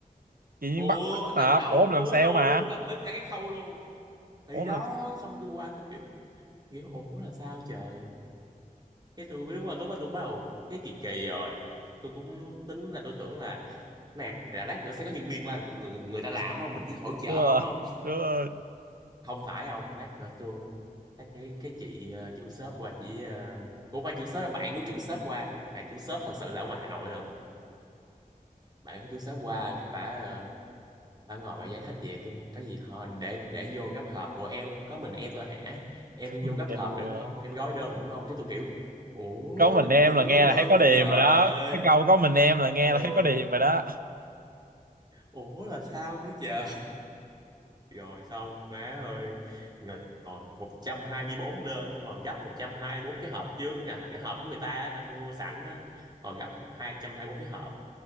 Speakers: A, on the right; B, on the right.
A: chị nhiên
B: ừ
A: bắt
B: bắt
A: gấp
B: làm
A: hợp
B: từ đầu
A: ủa ông
B: đến
A: làm
B: cuối
A: sale
B: luôn
A: mà
B: làm tất cả các khâu luôn thì
A: ủa ông
B: đó
A: làm
B: xong tôi qua tôi kiểu kiểu ủa là sao trời cái tôi mới- lúc mà lúc mà tôi bắt đầu cái kỳ kỳ rồi tôi cũng tính là tôi tưởng là này là lát nữa sẽ có nhân viên qua người, người ta làm không mình chỉ hỗ trợ
A: đúng rồi
B: không không
A: đúng rồi
B: không phải không lát nữa tôi lát nữa cái chị ờ, chủ shop qua chị ờ, cũng phải chủ shop là bạn của chủ shop qua là chủ shop thật sự là ở ngoài Hà Nội lần bạn của chủ shop qua cái bả ờ, bả ngồi bả giải thích về cái cái gì họ để để vô gấp hộp ủa em có mình em thôi hả em
A: có mình
B: vô gấp
A: em
B: hộp
A: rồi
B: rồi đúng
A: đó.
B: không em gói đơn rồi đúng không cái tôi kiểu ủa
A: Có mình
B: làm
A: em
B: gì
A: là
B: có gói
A: nghe
B: đơn
A: là thấy có
B: nữa
A: điềm
B: trời
A: rồi đó cái câu có mình em là nghe
B: ừ
A: là thấy có điềm rồi đó
B: ủa là sao nữa trời rồi xong má ơi ngồi ngồi một trăm hai mươi bốn đơn tôi còn gấp một trăm hai mươi bốn cái hộp trước nè cái hộp của người ta ta mua sẵn á còn gấp hai trăm hai mươi bốn cái hộp